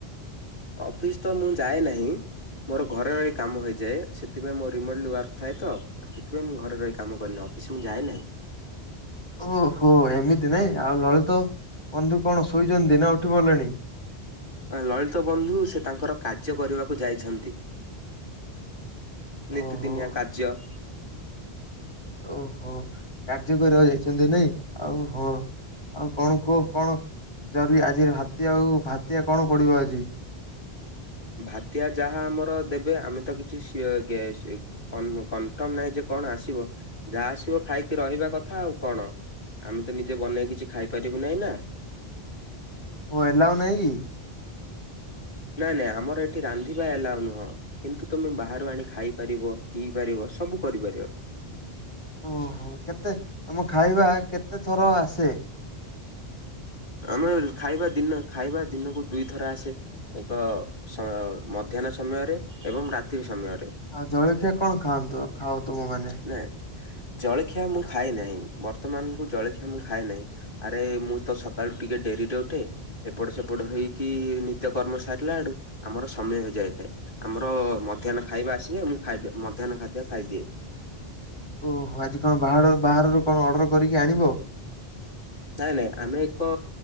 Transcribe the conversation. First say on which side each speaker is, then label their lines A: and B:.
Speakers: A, on the left; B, on the left.
A: ଅଫିସ ତ ମୁଁ ଯାଏ ନାହିଁ। ମୋର ଘରେ ରଇ କାମ ହେଇଯାଏ ସେଥିପାଇଁ ମୋର ରିମୋଟଲି ୱାର୍କ ଥାଏ ତ। ସେଥିପାଇଁ ମୁଁ ଘରେ ରହି କାମ କରେନି ଅଫିସ ମୁଁ ଯାଏ ନାହିଁ।
B: ଓହୋ ଏମିତି ନାଇଁ ଆଉ ଲଳିତ ବନ୍ଧୁ କଣ ଶୋଇଛନ୍ତି ନା ଉଠି ପଡ଼ିଲେଣି?
A: ଲଳିତ ବନ୍ଧୁ ସେ ତାଙ୍କର କାର୍ଯ୍ୟ କରିବାକୁ ଯାଇଛନ୍ତି। ନିତିଦିନିଆ
B: ଓହୋ
A: କାର୍ଯ୍ୟ।
B: ଓହୋ କାର୍ଯ୍ୟ କରିବାକୁ ଯାଇଛନ୍ତି ନାଇଁ ଆଉ ହଁ। ଆଉ କଣ କୁଅ କଣ ଜରି ଆଜିର ହାତି ଆଉ ଭାତିଆ କଣ ପଡ଼ିବ ଆଜି?
A: ଭାତିଆ ଯାହା ଆମର ଦେବେ ଆମେ ତ କିଛି ସେ ଗେ ସେ କନ୍ କନଫର୍ମ ନହିଁ ଯେ କଣ ଆସିବ ଯାହା ଆସିବ ଖାଇକି ରହିବା କଥା ଆଉ କଣ। ଆମେ ତ ନିଜେ ବନେଇକି କିଛି ଖାଇପାରିବୁ ନାହିଁ ନା।
B: ଓ ଆଲାଉ ନାହିଁ କି?
A: ନାଇଁ ନାଇଁ ଆମର ଏଠି ରାନ୍ଧିବା ଏଲାଉ ନୁହଁ। କିନ୍ତୁ ତମେ ବାହାରୁ ଆଣି ଖାଇପାରିବ ପିଇ ପାରିବ ସବୁ କରିପାରିବ।
B: ଓହୋ କେତେ ତମ ଖାଇବା କେତେ ଥର ଆସେ?
A: ଆମେ ଖାଇବା ଦିନ ଖାଇବା ଦିନକୁ ଦୁଇଥର ଆସେ। ଏକ ସ ମଧ୍ୟାହ୍ନ ସମୟରେ ଏବଂ ରାତ୍ରି ସମୟରେ।
B: ଆଉ ଜଳଖିଆ କଣ ଖାଆନ୍ତୁ ଖାଅ ତୁମ ମାନେ?
A: ନାଁ ଜଳଖିଆ ମୁଁ ଖାଏ ନାହିଁ ବର୍ତ୍ତମାନ ମୁଁ ଜଳଖିଆ ମୁଁ ଖାଏ ନାହିଁ ଆରେ ମୁଁ ତ ସକାଳୁ ଟିକେ ଡ଼େରିରେ ଉଠେ। ଏପଟ ସେପଟ ହେଇକି ନିତ୍ୟ କର୍ମ ସାରିଲା ଆଡ଼ୁ ଆମର ସମୟ ହେଇଯାଇଥାଏ। ଆମର ମଧ୍ୟାହ୍ନ ଖାଇବା ଆସିଲେ ମୁଁ ଖାଇ ମଧ୍ୟାହ୍ନ ଖାଦ୍ୟ ଖାଇଦିଏ।
B: ଓହୋ ଆଜି କଣ ବାହାଳୁ ବାହାରରୁ କଣ ଅର୍ଡ଼ର କରିକି ଆଣିବ?
A: ନାଇଁ ନାଇଁ ଆମେ ଏକ